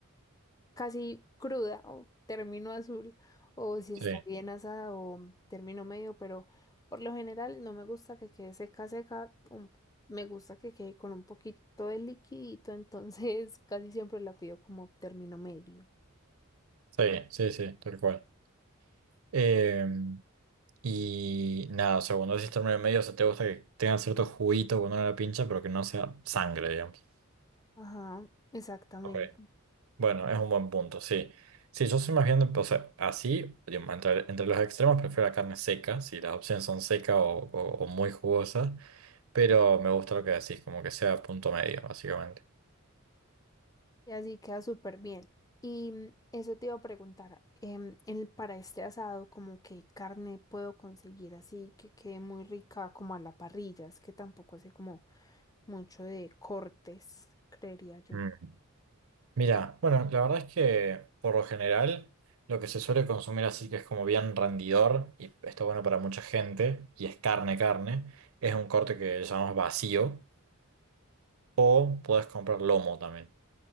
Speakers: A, on the left; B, on the right.
A: casi cruda o término azul o si
B: sí,
A: está bien asada o término medio, pero por lo general no me gusta que quede seca seca, un- me gusta que quede con un poquito de liquidito, entonces <laughs> casi siempre la pido como término medio.
B: sí, sí, sí, tal cual. Em, y nada, o sea, cuando decís término medio, o sea, te gusta que tenga cierto juguito cuando uno la pincha, pero que no sea sangre, digamos.
A: Ajá, exactamente.
B: Ok. Bueno, es un buen punto, sí. Sí, yo soy más bien, de- o sea, así, digamos, entre, entre los extremos prefiero la carne seca, si las opciones son seca o, o- o muy jugosa, pero me gusta lo que decís, como que sea punto medio, básicamente.
A: Y así queda súper bien. Y mm, eso te iba a preguntar, em, el- para este asado, como qué carne puedo conseguir así que quede muy rica como a la parrilla, es que tampoco sé como mucho de cortes, creería yo.
B: Mm. Mira, bueno, la verdad es que por lo general lo que se suele consumir así que es como bien rendidor y está bueno para mucha gente y es carne, carne, es un corte que llamamos vacío o puedes comprar lomo también.